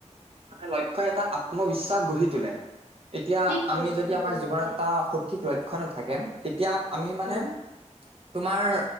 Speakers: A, on the right (about 50°); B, on the right (about 85°).
A: মানে লক্ষ্যই এটা আত্মবিশ্বাস গঢ়ি তোলে এতিয়া
B: ঠিক কৈছা
A: আমি যদি
B: ঠিক
A: আমাৰ
B: কৈছা
A: জীৱনত
B: দেই
A: এটা সঠিক লক্ষ্য নাথাকে এতিয়া আমি মানে
B: উম
A: তোমাৰ